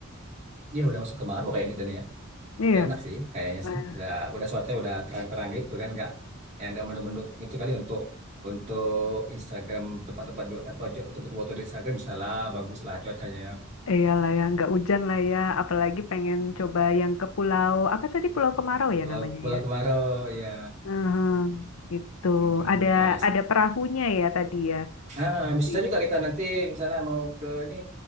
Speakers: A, on the right (about 35°); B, on the left (about 75°).
A: Ya udah masuk kemarau kayak kita nih ya.
B: Iya.
A: Udah enak sih, kayaknya
B: Eh,
A: sih. Udah, udah cuaca udah terang-terang gitu kan, nggak, ya nggak mendung-mendung itu kali untuk untuk Instagram tempat-tempat du- apa untuk foto-foto di Instagram bisa lah, bagus lah cuacanya.
B: Iyalah ya, nggak hujan lah ya. Apalagi pengen coba yang ke pulau apa tadi Pulau Kemarau
A: Kalau
B: ya namanya
A: kalau
B: ya.
A: kemarau ya.
B: Mhm, itu
A: Mm-mm,
B: ada
A: ya sih.
B: ada perahunya ya tadi ya.
A: Ah, bisa
B: Iya.
A: juga kita nanti misalnya mau ke ini